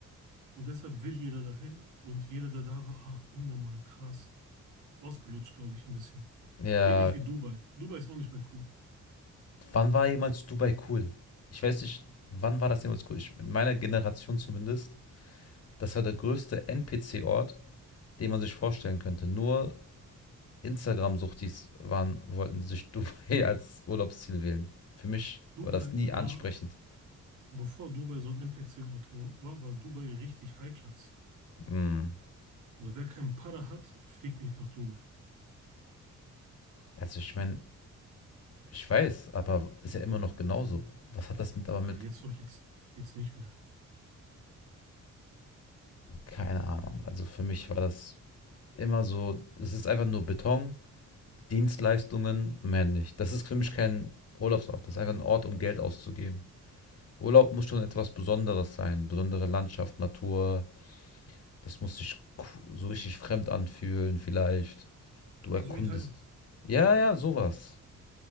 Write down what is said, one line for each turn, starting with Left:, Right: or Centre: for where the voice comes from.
Right: Und deshalb will jeder dahin. Und jeder, der da war, ah, unnormal, krass. Ausgelutscht, glaube ich, ein bisschen.
Left: ja,
Right: Ähnlich wie Dubai. Dubai ist auch nicht mehr cool.
Left: wann war jemals Dubai cool? Ich weiß nicht, wann war das jemals cool? Ich, in meiner Generation zumindest, das war der größte NPC-Ort, den man sich vorstellen könnte. Nur Instagram-Suchtis waren, wollten sich <laughs> Dubai als Urlaubsziel wählen. Für mich
Right: Dubai
Left: war das nie
Right: war,
Left: ansprechend.
Right: bevor Dubai so ein NPC-Ort war, war Dubai richtig High Class.
Left: Hm.
Right: Also wer keinen Para hat, fliegt nicht nach Dubai.
Left: Also ich meine, ich weiß, aber ist ja immer noch genauso. Was hat das mit aber
Right: Ah,
Left: mit?
Right: jetzt doch, jetzt, jetzt nicht mehr.
Left: Keine Ahnung. Also für mich war das immer so, es ist einfach nur Beton, Dienstleistungen, mehr nicht. Das ist für mich kein Urlaubsort. Das ist einfach ein Ort, um Geld auszugeben. Urlaub muss schon etwas Besonderes sein. Besondere Landschaft, Natur. Das muss sich so richtig fremd anfühlen vielleicht. Du erkundest.
Right: So wie Thailand.
Left: Ja, ja, sowas.